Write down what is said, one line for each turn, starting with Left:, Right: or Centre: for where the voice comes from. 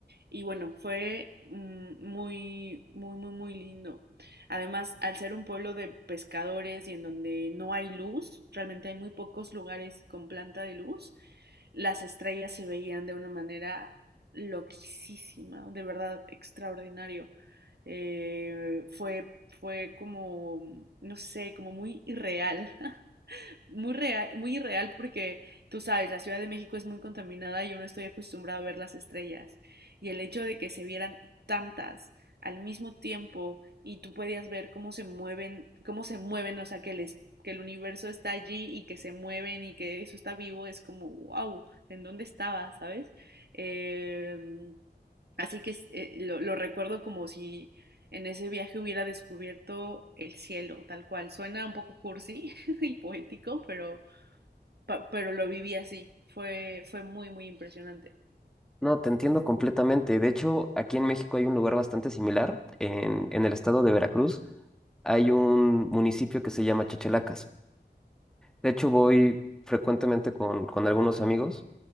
Right: Y bueno, fue mm, muy, muy, muy, muy lindo. Además, al ser un pueblo de pescadores y en donde no hay luz, realmente hay muy pocos lugares con planta de luz, las estrellas se veían de una manera loquísima de verdad extraordinario. Eh, fue, fue como, no sé, como muy irreal. <laughs> muy real, muy irreal porque tú sabes, la Ciudad de México es muy contaminada y yo no estoy acostumbrada a ver las estrellas. Y el hecho de que se vieran tantas al mismo tiempo y tú podías ver cómo se mueven, cómo se mueven, o sea, que les que el universo está allí y que se mueven y que eso está vivo, es como, wow, ¿en dónde estaba? ¿Sabes? Eh, Así que eh, lo, lo recuerdo como si en ese viaje hubiera descubierto el cielo, tal cual. Suena un poco cursi <laughs> y poético, pero, pa- pero lo viví así. Fue, fue muy, muy impresionante.
Centre: No, te entiendo completamente. De hecho, aquí en México hay un lugar bastante similar, en, en el estado de Veracruz hay un municipio que se llama Chachalacas. De hecho, voy frecuentemente con, con algunos amigos